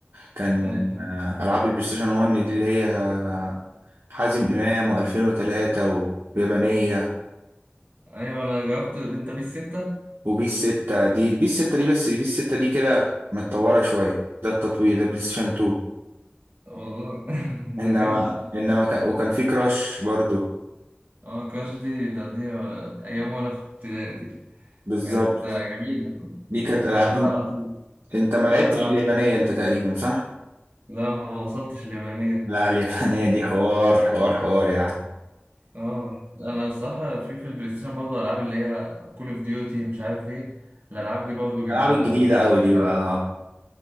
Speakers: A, on the right; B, on the right.
A: كان
B: أيوة
A: آه، ألعاب البلاي ستيشن 1 دي اللي هي آه، حازم إمام و2003 ويابانية
B: أيوة، أنا جربت بنت بيس ستة
A: وبيس 6 دي بيس 6 دي بس بيس 6 دي كده متطورة شوية ده التطوير ده بلاي ستيشن 2
B: والله <laughs>
A: إنما
B: ده جامدة على فكرة
A: إنما ك... وكان في كراش برضو
B: اه كراش دي ده دي آه، أيام وأنا في ابتدائي دي
A: بالظبط
B: كانت آه، جميلة كنت
A: دي كانت
B: كنت
A: ألعاب
B: بحبها
A: إن-
B: على طول
A: أنت ما لعبتش
B: تلات ألعاب
A: اليابانية أنت تقريبا صح؟
B: لا لا، ما وصلتش ليابانية
A: لا اليابانية دي حوار حوار حوار يعني
B: اه انا الصراحه في في البلاي ستيشن برضه العاب اللي هي كول اوف ديوتي مش عارف ايه الالعاب دي برضه جميله
A: الألعاب الجديدة
B: انا بحبها
A: أوي دي بقى آه.